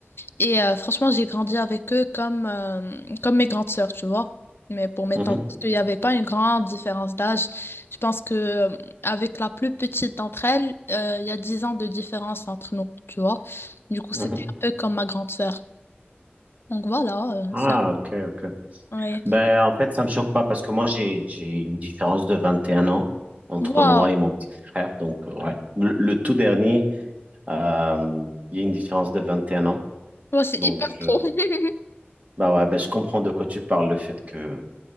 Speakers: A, on the left; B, on the right.
A: Et euh, franchement, j'ai grandi avec eux comme euh, comme mes grandes sœurs, tu vois. Mais pour mes
B: mhm,
A: tantes, parce qu'il n'y avait pas une grande différence d'âge. Je pense que euh, avec la plus petite d'entre elles, euh, il y a 10 ans de différence entre nous, tu vois. Du coup,
B: mhm.
A: c'était un peu comme ma grande sœur. Donc voilà, euh,
B: Ah,
A: c'est...
B: ok, ok.
A: Ouais.
B: Ben, en fait, ça me choque pas parce que moi j'ai j'ai une différence de 21 ans entre
A: Waouh!
B: moi et mon petit frère donc euh, ouais. Le, le tout dernier euh, il y a une différence de 21 ans
A: Waouh, c'est
B: donc
A: hyper
B: je
A: pro. <laughs>
B: bah ouais, ben, je comprends de quoi tu parles le fait que